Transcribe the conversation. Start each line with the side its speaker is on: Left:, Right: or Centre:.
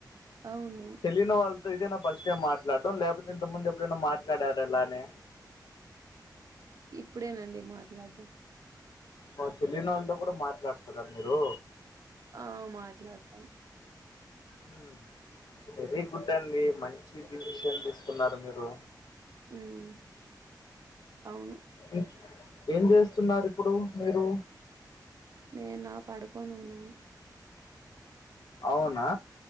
Right: అవును
Left: తెలియని వాళ్ళతో ఇదేనా ఫస్ట్ టైం మాట్లాడటం లేకపోతే ఇంతకుముందు ఎప్పుడైనా మాట్లాడార ఇలానే
Right: ఇప్పుడేనండి మాట్లాడడం
Left: ఓ తెలియని వాళ్ళతో కూడా మాట్లాడతారా మీరు
Right: ఆ మాట్లాడతాం
Left: హ్మ్ వెరీ గుడ్ అండి మంచి డిసిషన్ తీసుకున్నారు మీరు
Right: వ్మ్ అవును
Left: ఇహ్ ఏం చేస్తున్నారు ఇప్పుడు మీరు
Right: నేనా పడుకొని ఉన్నాను
Left: అవునా